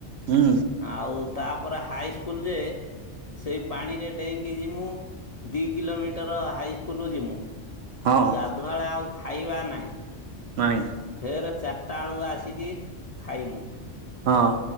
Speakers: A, on the right; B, on the left.
A: ହୁଁ
B: ଆଉ ତା ପରେ ହାଇ ସ୍କୁଲ ଯେ ସେଇ ପାଣିରେ ଡେଇଁକି ଯିମୁ ଦି କିଲୋମିଟର ହାଇ ସ୍କୁଲୁ ଯିମୁ।
A: ହଁ
B: ଗାଧୁଆବେଳେ ଆଉ ଖାଇବା ନାହିଁ।
A: ନାଇଁ
B: ଫେରେ ଚାରିଟା ବେଳୁକୁ ଆସିକି ଖାଇମୁ।
A: ହଁ